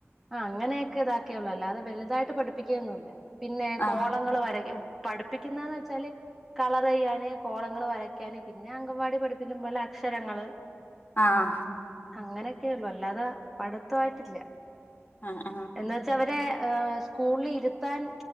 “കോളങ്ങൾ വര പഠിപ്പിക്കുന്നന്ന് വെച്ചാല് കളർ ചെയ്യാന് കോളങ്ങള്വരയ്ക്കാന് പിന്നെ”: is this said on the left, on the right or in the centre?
Centre